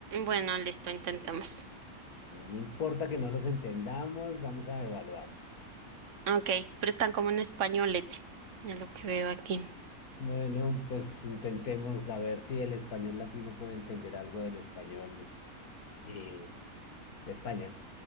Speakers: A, on the right; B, on the left.
A: Bueno, listo, intentamos.
B: No importa que no los entendamos, vamos a evaluarlos.
A: Ok, pero están como en españolete, de lo que veo aquí.
B: Bueno, pues intentemos saber si el español latino puede entender algo del español eh, de España.